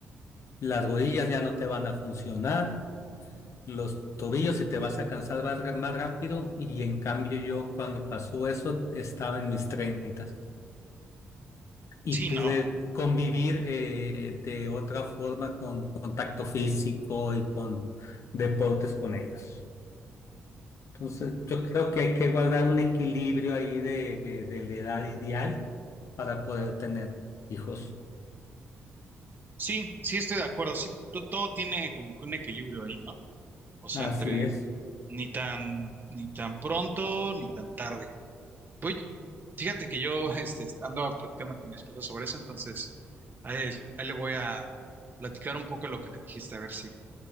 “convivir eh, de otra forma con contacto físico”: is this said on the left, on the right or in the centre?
Left